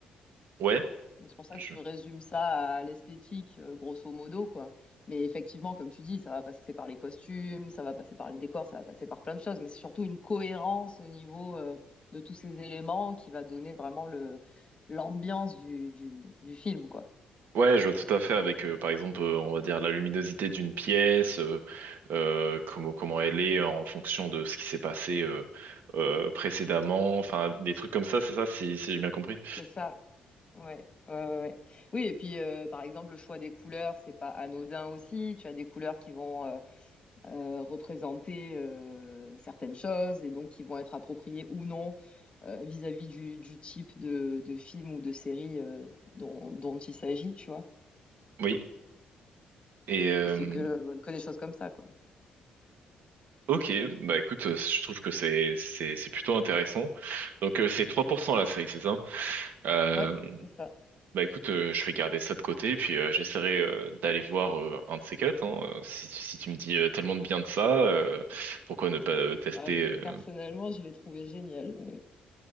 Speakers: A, on the right; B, on the left.
A: ouais.
B: Donc c'est pour ça
A: Je...
B: que je résume ça à l'esthétique, euh, grosso modo, quoi. Mais effectivement, comme tu dis, ça va passer par les costumes, ça va passer par les décors, ça va passer par plein de choses, mais c'est surtout une cohérence au niveau, euh, de tous ces éléments qui va donner vraiment le l'ambiance du, du, du film, quoi.
A: Ouais, je vois tout à fait avec, euh, par exemple, euh, on va dire la luminosité d'une pièce, euh, euh, comment, comment elle est en fonction de ce qui s'est passé euh, euh, précédemment, enfin, des trucs comme ça, c'est ça, si, si j'ai bien compris.
B: C'est ça. Ouais, ouais, ouais. ouais. Oui, et puis euh, par exemple, le choix des couleurs, c'est pas anodin aussi. Tu as des couleurs qui vont euh, euh, représenter euh, certaines choses et donc qui vont être appropriées ou non euh, vis-à-vis du, du type de, de film ou de série euh, dont, dont il s'agit, tu vois.
A: Oui. Et, euh,
B: Et c'est que, que des choses comme ça, quoi.
A: Ok, bah écoute, euh, je trouve que c'est c'est c'est plutôt intéressant. Donc euh, c'est 3% la série, c'est ça? Euh,
B: Ouais, c'est ça.
A: bah écoute, euh, je vais garder ça de côté, puis euh, j'essaierai euh, d'aller voir euh, un de ces quatre. hein. Euh, Si si tu me dis euh, tellement de bien de ça, euh, pourquoi ne pas euh, tester?
B: Ouais, pe-
A: euh,
B: Personnellement, je l'ai trouvé génial. ouais.